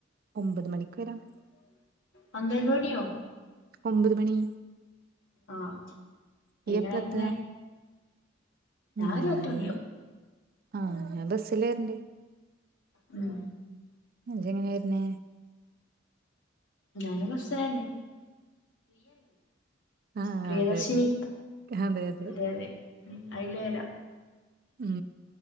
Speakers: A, on the right; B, on the left.
A: ഒമ്പത് മണിക്ക് വരാം.
B: പന്ത്രണ്ട് മണിയോ?
A: ഒൻപത് മണി.
B: ആഹ്.
A: നീ
B: എങ്ങനാ
A: എപ്പൊഴ
B: വരുന്നേ
A: എത്തുക?
B: ഞാൻ
A: ഞാന്
B: ഒരു പത്ത് മണിയാവും
A: ആഹ് ഞാൻ ബസിലെര്ണ്ട്.
B: ഉം.
A: ഇജ്ജെങ്ങനെ വെര്ന്നേ?
B: ഞാനും ബസ്സിലെന്നെ.
A: ആഹ്
B: പ്രിയദർശിനി
A: അതെതെ. അതേതെ.
B: അതെ അതെ ഉം അയില് വരാം
A: ഉം